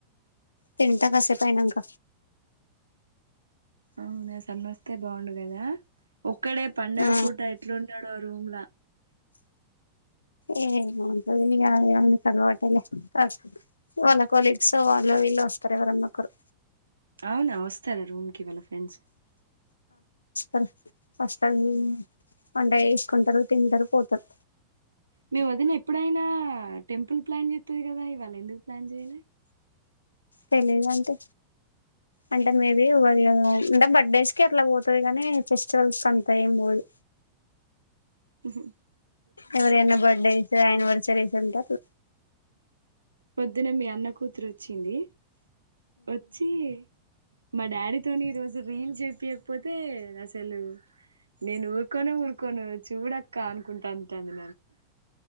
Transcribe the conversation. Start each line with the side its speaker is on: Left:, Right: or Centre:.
Left: తింట కాసేపు అయినంక.
Right: అవునా సన్ను వొస్తే బాగుండు గదా. ఒక్కడే పండగ
Left: ఆ
Right: పూట ఎట్లున్నడొ రుమ్లా.
Left: ఏం ఉంటంది ఇగ అన్ అది తరువాతలే <unintelligible> వాళ్ళు కొలీగ్స్ వాళ్ళో విల్లో వొస్తారు ఎవరు అన్న ఒకరు.
Right: అవునా వొస్తారా రూమ్ కి వాళ్ళ ఫ్రెండ్స్.
Left: ఆహ్ వస్తారు వంట చెసుకుంటారు తింటరు పోతారు.
Right: మీ వొదిన ఎప్పుడైనా టెంపుల్ ప్లాన్ చెత్తది గద ఇవాళ ఎందుకు ప్లాన్ చేయాలే.
Left: తెలీదు అంటే అంటే మే బి ఉగాది గదా. అంటే బర్త్డేస్ కి అట్లా పోతది గాని ఫెస్టివల్స్కంతా ఏం పోదు.
Right: ఉహూ.
Left: ఎవరైన బడ్డేస్ అనివర్సరీస్ ఉంటే అట్ల.
Right: పొద్దున మీ అన్న కూతురు వొచ్చింది. వచ్చి మా డాడీతోని ఈ రోజు రీల్ చేపియక్. పోతే అసలు నేను ఊరుకోనే ఊరుకోను చూడక్క అంటంది.